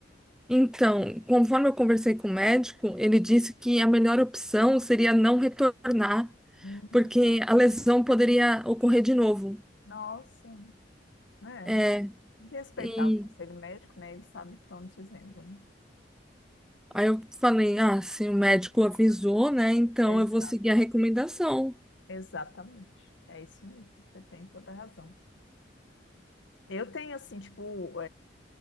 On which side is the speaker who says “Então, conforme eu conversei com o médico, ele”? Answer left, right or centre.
Centre